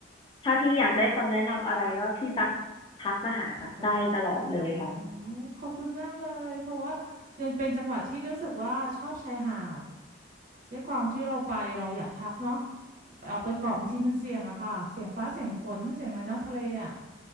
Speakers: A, on the left; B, on the right.
A: ถ้าพี่อยากได้คำแนะนำอะไรก็พี่ตักทักมาหาตักได้ตลอดเลยค่ะ
B: ทักมาทักคำจับได้โอ้ขอบคุณมากเลยเพราะว่ายังเป็นจังหวัดที่รู้สึกว่าชอบชายหาดด้วยความที่เราไปเราอยากพักเนาะไปออกไปเกาะบางทีมันเสี่ยงอะค่ะเสี่ยงฟ้าเสี่ยงฝนเสี่ยงมาเนาะทะเลอะ